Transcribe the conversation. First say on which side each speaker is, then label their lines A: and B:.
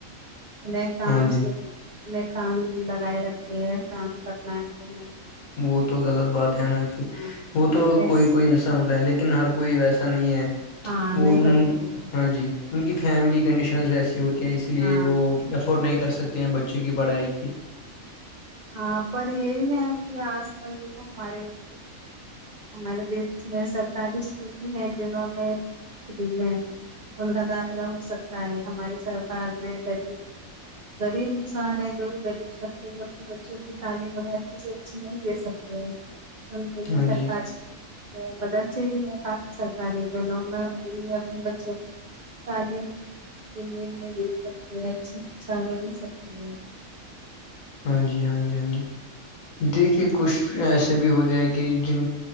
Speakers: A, on the right (about 85°); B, on the left (about 85°).
A: انہیں کام
B: ہاں جی
A: سے انہیں کام لگائے رکھتے ہے کام کرنا ہے تمہیں
B: وہ تو غلط بات ہے نا کہ
A: ہاں
B: وہ تو
A: ایس
B: کوئی کوئی انس لیکن ہر کوئی ویسا نہیں ہے
A: ہاں
B: وہ
A: نہیں
B: ان
A: ہوتے
B: ہاں جی ان کی فیملی کنڈیشنز ویسی ہوتی ہیں اس لیے
A: ہاں
B: وہ افورڈ نہیں کر سکتے ہیں بچوں کی پڑھائی کی
A: ہاں پر یہ بھی ہے کہ آج کل دیکھو ہمارے ہمارے دیش میں سرکاری اسکول بھی ہیں جنہوں میں فری میں ان کا داخلہ ہو سکتا ہے ہماری سرکار نے غریب غریب انسان ہے جو بھی غریب شخص جو بچوں کی تعلیم انہیں اچھی سے اچھی نہیں دے سکتے ہیں ان کے لیے
B: ہاں
A: سرکاری
B: جی
A: مدرسے بھی ہے کافی سرکاری جو نواپنے بچوں تعلیم کے لیے انہیں دے سکتی ہے اچھے سے اچھا مل سکتی ہے
B: ہاں جی ہاں جی ہاں جی دیکھیے کچھ ایسے بھی ہو جائے کہ جن